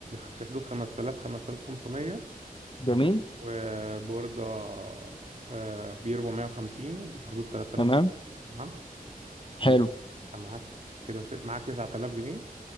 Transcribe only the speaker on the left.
جميل
تمام
حلو